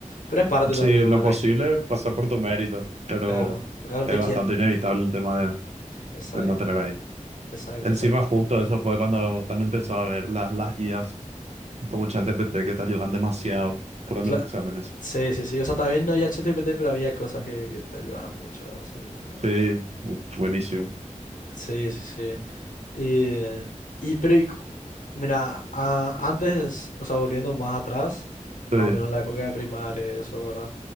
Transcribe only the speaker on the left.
pero es parte
también,
¿verdad?
Que,
claro, realmente
quién.
Exacto,
exacto,
exacto.
exacto.
Cla-
Sí, sí, sí. O sea, también no había ChatGPT, pero había cosas que, que te ayudaban mucho a ese tema.
Sí, sí, sí. Eh, y, pero, y cu- mira, a- antes, o sea, volviendo más atrás,
más o menos en la época de primaria, eso, ¿verdad?